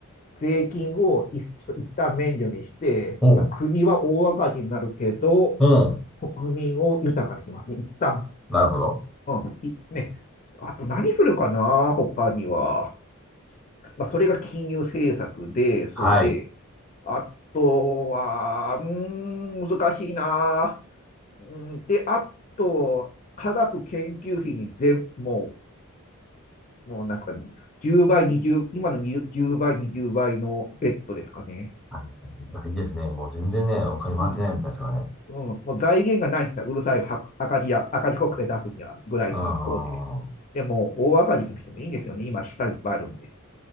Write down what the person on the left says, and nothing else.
税金をいちょっと一旦免除にして、
まあ、国は大赤字になるけど、
国民を豊かにしますね、一旦。
うん、いね。あと何するかな、他には。まあ、それが金融政策で、そうで、
あとは、うーん、難しいな。うん、で、あと、科学研究費に全、ももうなんか、10倍、20、今の10倍、20倍のベッドですかね。
うん。うん、もう財源がないんですよ。うるさいは赤字や、赤字国債出すにはぐらいの発想で。
でも、大赤字の人もいいんですよね。今、資産いっぱいあるんで。